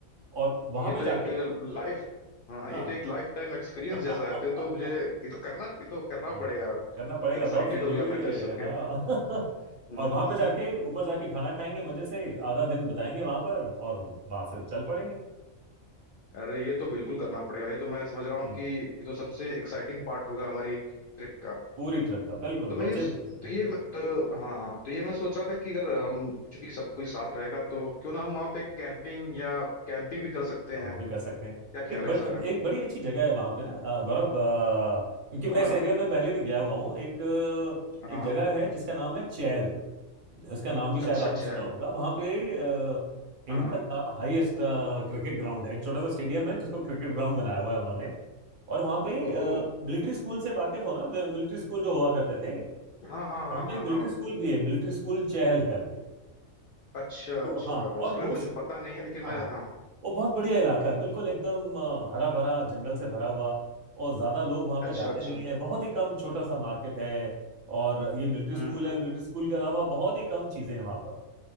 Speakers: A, on the right (about 50°); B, on the left (about 70°).
A: और वहां
B: ये
A: पे
B: तो
A: जाके
B: एक लाइफ हाँ हाँ
A: हाँ
B: ये तो एक लाइफ टाइम एक्सपीरियंस जैसा
A: <laughs>
B: है तो तो मुझे ये तो करना ये तो करना
A: हाँ
B: पड़ेगा
A: करना पड़ेगा
B: एक्साइटेड
A: बहुत जरूरी
B: हो गया मैं
A: है
B: तो इस सुन
A: हाँ
B: के
A: <laughs>
B: हम्म,
A: और वहां पे जाके ऊपर जाके खाना खाएंगे मजे से आधा दिन बताएंगे वहां पर और वहां से चल पड़ेंगे
B: अरे ये तो बिल्कुल करना पड़ेगा ये तो मैं समझ रहा
A: हम्म
B: हूँ कि ये तो सबसे एक्साइटिंग पार्ट होगा हमारी ट्रिप का
A: पूरी ट्रिप का बिल्कुल
B: तो मैं
A: बच्चे
B: ये
A: हम्म
B: तो ये मैं- तो हाँ हाँ तो ये मैं सोच रहा था कि अगर हम चूंकि सब कोई साथ रहेगा तो क्यों ना हम वहाँ पे कैंपिंग या कैंपिंग भी कर सकते
A: हाँ, वो
B: हैं
A: भी कर सकते हैं
B: क्या ख्याल
A: एक बड़,
B: है इस बारे
A: एक बड़ी अच्छी जगह है वहां पे ना अ, गौरव अ, क्योंकि
B: में
A: मैं
B: हाँ
A: इस एरिया में पहले भी गया हुआ हूँ एक अ,
B: हाँ
A: एक जगह है जिसका नाम है चैल इसका नाम भी शायद
B: अच्छा
A: आपने
B: अच्छा
A: सुना
B: यार
A: होगा वहां पे अ, इंडिया
B: हाँ हाँ
A: का हाईएस्ट क्रिकेट ग्राउंड है एक छोटा सा स्टेडियम है जिसको क्रिकेट ग्राउंड बनाया हुआ है उन्होंने और वहां पे
B: ओहो
A: मिलिट्री स्कूल से वाकिफ हो ना मिलिट्री स्कूल जो हुआ करते थे
B: हाँ हाँ हाँ
A: वहां पे
B: हाँ
A: एक मिलिट्री
B: हाँ
A: स्कूल भी है मिलिट्री स्कूल चहल करके
B: अच्छा
A: तो
B: अच्छा
A: हाँ
B: इसके
A: और वो
B: बारे में मुझे पता नहीं है लेकिन मैं
A: हाँ
B: हाँ
A: वो बहुत बढ़िया इलाका है बिल्कुल एकदम हरा भरा जंगल से भरा हुआ और ज्यादा लोग वहां पे
B: अच्छा
A: जाते
B: अच्छा
A: नहीं है बहुत ही कम छोटा सा मार्केट है और ये मिलिट्री
B: हम्म
A: स्कूल
B: हम्म
A: है मिलिट्री स्कूल के अलावा बहुत ही कम चीजें हैं वहां पर